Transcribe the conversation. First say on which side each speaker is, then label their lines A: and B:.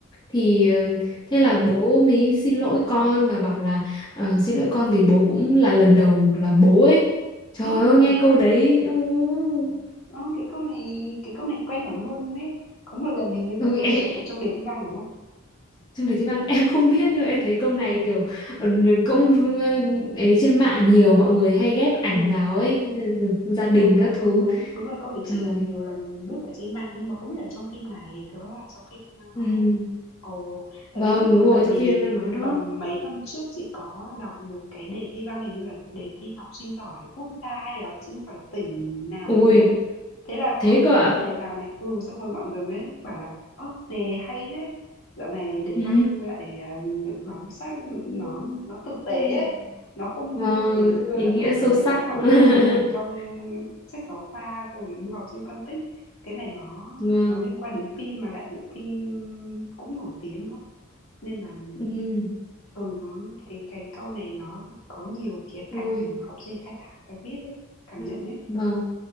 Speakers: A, on the left (about 20°); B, on the left (about 75°).
A: Thì
B: À,
A: ờ, thế là bố mới xin lỗi con và bảo là ờ, xin lỗi con vì bố cũng là lần đầu làm bố ấy. Trời
B: ê,
A: ơi nghe
B: cái câu
A: câu
B: này,
A: đấy. u,
B: ơ, cái câu này, cái câu này quen lắm luôn ấy. Có một lần hình như là
A: Ôi,
B: câu này
A: ê,
B: xuất
A: ê.
B: hiện trong đề thi văn đúng không?
A: Trong đề thi văn em không biết nhưng mà em thấy câu này
B: Ờ,
A: kiểu ờ, cũng ờ, ấy trên mạng nhiều mọi người hay ghép ảnh
B: ừ,
A: vào ấy ừ, gia đình
B: ừ, đúng,
A: các thứ.
B: đúng, đúng. Đúng là câu này chị
A: Trời.
B: gặp nhiều lần lướt ở trên mạng nhưng mà không biết là trong phim này, thế là trong phim em đang nói
A: Ừ.
B: à? Ồ, tại
A: Vâng,
B: vì biết,
A: đúng rồi,
B: tại
A: trong
B: vì
A: phim em đang nói đó.
B: tầm mấy năm trước chị có đọc một cái đề thi văn hình như là đề thi học sinh giỏi quốc gia hay là học sinh giỏi tỉnh nào
A: Ui,
B: đấy á Thế là
A: thế
B: có cái
A: cơ ạ?
B: câu này vào này, ừ, xong rồi mọi người mới bảo là "Ơ, đề hay thế, dạo này đề
A: Ừ.
B: văn lại, ờ, bám sát
A: Ừ.
B: nó nó thực tế
A: Ừ.
B: ấy, nó không
A: Vâng,
B: như ngày xưa
A: ý
B: là
A: nghĩa
B: toàn
A: sâu
B: lấy mấy
A: sắc.
B: tác phẩm
A: <laughs>
B: văn học ở trong sách giáo khoa xong rồi đưa học sinh phân tích. Cái này nó
A: Vâng.
B: nó liên quan đến phim mà lại bộ phim cũng nổi tiếng nữa." Nên là,
A: Ừ.
B: ừ, nó cái cái câu này nó có nhiều khía
A: Ui.
B: cạnh để mà học sinh khai thác và viết ấy, cảm
A: Ừ.
B: nhận ấy.
A: Vâng.